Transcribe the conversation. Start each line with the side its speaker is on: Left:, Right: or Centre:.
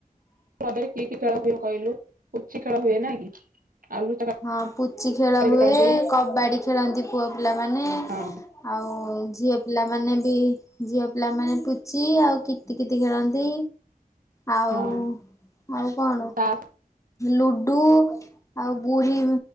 Right: ତ କି କି ଖେଳ ହୁଏ କହିଲୁ? ପୁଚି ଖେଳ ହୁଏ ନା କି? ଆଉ ଲୋଚ କାଳି
Left: ହଁ ପୁଚି ଖେଳ ହୁଏ,
Right: ବି ଖେଳନ୍ତି
Left: କବାଡି ଖେଳନ୍ତି ପୁଅ ପିଲାମାନେ।
Right: ହଁ
Left: ଆଉ ଝିଅ ପିଲାମାନେ ବି ଝିଅ ପିଲାମାନେ ପୁଚି ଆଉ, କିତି କିତି ଖେଳନ୍ତି। ଆଉ
Right: ହଁ
Left: ଆଉ କଣ
Right: ତାସ
Left: ଲୁଡୁ ଆଉ ବୁଢ଼ୀ